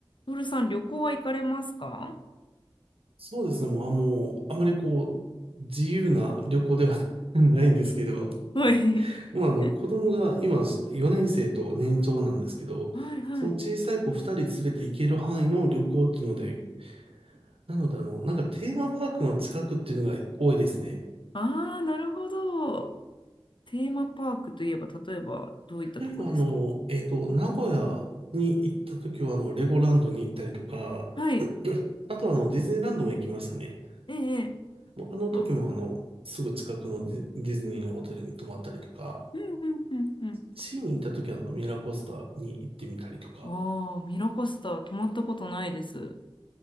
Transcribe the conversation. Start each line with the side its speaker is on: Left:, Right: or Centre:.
Left: トールさん、旅行は行かれますか
Right: そうですね。もうあの、あまりこう、自由な旅行では <laughs> ないんですけど、
Left: はい。
Right: もうあの、
Left: <laughs>
Right: 子供が今4年生と年長なんですけど、
Left: はいはい。
Right: その小さい子2人連れて行ける範囲の旅行っていうので、なのであの、なんかテーマパークの近くっていうのが多いですね。
Left: ああ、なるほど。テーマパークといえば、例えば、どういったとこですか
Right: 例えばあの、えっと、名古屋に行った時はあの、レゴランドに行ったりとか、
Left: はい。
Right: あとはあの、ディズニーランドも行きましたね。
Left: ええ。ええ
Right: もうあの時もあの、
Left: あ、
Right: すぐ近くのディディズニーのホテルに泊まったりとか、
Left: うんうんうん
Right: シーに行った時はミラーコースターに行ってみたりとか、
Left: うん。ああ、ミラコスタ、泊まったことないです。